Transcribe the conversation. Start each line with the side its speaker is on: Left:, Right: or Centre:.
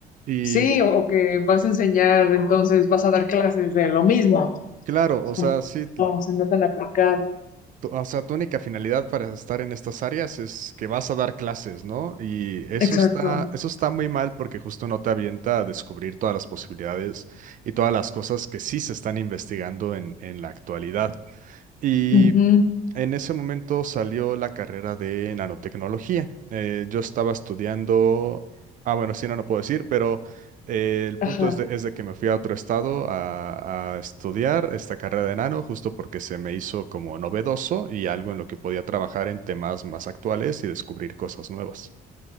Right: Y
Left: sí, o, o que vas a enseñar, entonces vas a dar clases de lo mismo,
Right: claro, o
Left: como
Right: sea, sí,
Left: no, se nota tan aplicado.
Right: tu- O sea, tu única finalidad para estar en estas áreas es que vas a dar clases, ¿no? Y eso
Left: Exacto.
Right: está, eso está muy mal porque justo no te avienta a descubrir todas las posibilidades y todas las cosas que sí se están investigando en, en la actualidad. Y
Left: Ujú,
Right: en ese momento salió la carrera de nanotecnología. Eh, yo estaba estudiando, ah, bueno, sí, no, no puedo decir, pero eh, el punto
Left: Ajá,
Right: es de, es de que me fui a otro estado a, a estudiar esta carrera de nano, justo porque se me hizo como novedoso y algo en lo que podía trabajar en temas más actuales y descubrir cosas nuevas.